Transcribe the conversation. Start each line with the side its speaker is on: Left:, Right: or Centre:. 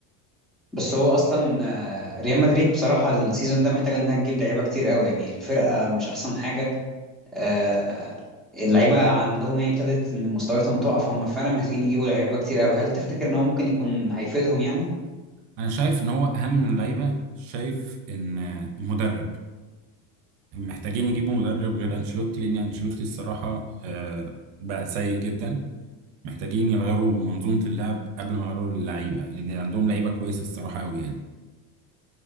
Centre: بس هو اصلا آه، ريال مدريد بصراحه السيزون ده محتاجه انها تجيب لعيبه كتير قوي يعني الفرقه مش احسن حاجه آه، اللعيبه عندهم يعني ابتدت ان مستوياتهم تقع فهم فعلا محتاجين يجيبوا لعيبه كتير قوي هل تفتكر ان هو ممكن يكون هيفيدهم يعني
Right: انا شايف ان هو اهم من اللعيبه شايف ان آه، المدرب محتاجين يجيبوا مدرب غير انشيلوتي لان انشيلوتي الصراحه آه، بقى سيء جدا محتاجين يغيروا منظومة اللعب قبل ما يغيروا اللعيبة يعني عندهم لعيبة كويسة الصراحة أوي يعني